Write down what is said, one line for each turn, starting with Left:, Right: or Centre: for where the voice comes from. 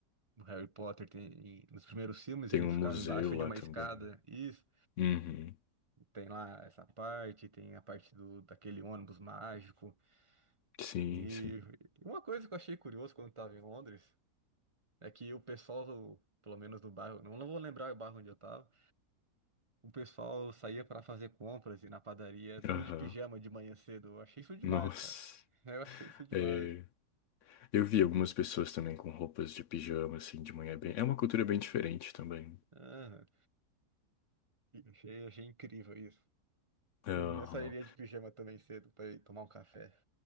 Right: o Harry Potter tem, nos primeiros filmes
Left: Tem
Right: ele
Left: um
Right: ficava
Left: museu
Right: embaixo
Left: lá
Right: de uma
Left: também.
Right: escada. Isso,
Left: Uhum.
Right: tem lá essa parte, tem a parte do daquele ônibus mágico.
Left: Sim,
Right: E
Left: sim.
Right: uma coisa que eu achei curioso quando eu tava em Londres é que o pessoal do- Pelo menos do bairro, não, não vou lembrar o bairro onde eu tava. O pessoal saía pra fazer compras e na padaria, tudo
Left: Aham.
Right: de pijama de manhã cedo. Eu achei isso demais,
Left: Nossa.
Right: cara. <laughs> Eu achei isso demais.
Left: É, eu vi algumas pessoas também com roupas de pijama, assim, de manhã. É Bem, é uma cultura bem diferente também.
Right: Aham. Achei, achei incrível isso.
Left: Aham.
Right: Por mim, eu sairia de pijama também cedo para ir tomar um café,